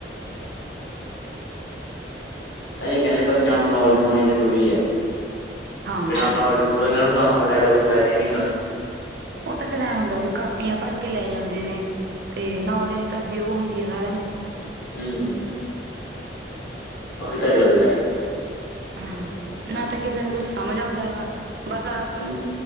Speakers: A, on the right; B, on the left.
A: <inaudible>
B: ਤਾਂਹੀ ਕਹਿੰਨੇ ਬੱਚਿਆਂ ਨੂੰ ਨੌਲੇਜ ਹੋਣੀ ਜ਼ਰੂਰੀ ਹੈਗੀ, ਬਿਨਾਂ
A: ਹਾਂ
B: ਨੌਲੇਜ ਮਤਲਬ ਇਹਨਾਂ ਨੂੰ ਕੰਮ ਕਰਾਏ ਦਾ ਕੋਈ ਫਾਇਦਾ ਈ ਨੀ ਹੈਗਾ।
A: ਉਹ ਤਾਂ ਫੇਰ ਐ ਹੁੰਦੇ, ਵੀ ਕਾਪੀਆਂ ਭਰ ਕੇ ਲੈ ਜਾਂਦੇ ਨੇ ਤੇ ਨੌਲੇਜ ਤਾਂ ਜੀਰੋ ਹੁੰਦੀ ਹੈ ਸਾਰਿਆਂ ਦੀ।
B: ਹੂੰ।
A: <inaudible>
B: ੳਹੀ ਤੇ ਗੱਲ ਐ।
A: ਹਾਂ, ਨਾ ਤਾਂ ਕਿਸੇ ਨੂੰ ਕੁਛ ਸਮਝ ਆਉਂਦਾ ਹੈਗਾ, ਬਸ ਆਪ
B: ਹੂੰ